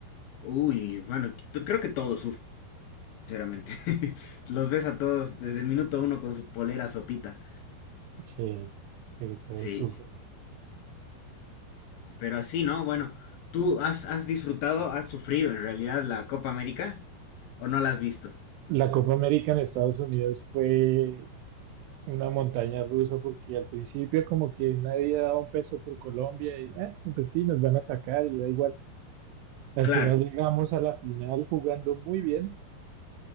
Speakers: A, on the left; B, on the right.
A: Uy, bueno, t- creo que todos sufren, sinceramente. <laughs> Los ves a todos desde el minuto uno con su polera sopita.
B: Sí, sí, todos
A: Sí.
B: sufren.
A: Pero así, ¿no? Bueno, ¿tú has, has disfrutado, has sufrido en realidad la Copa América o no la has visto?
B: La Copa América en Estados Unidos fue una montaña rusa porque al principio como que nadie daba un peso por Colombia y eh, pues sí, nos van a sacar y da igual. Al
A: Claro,
B: final llegamos a la final jugando muy bien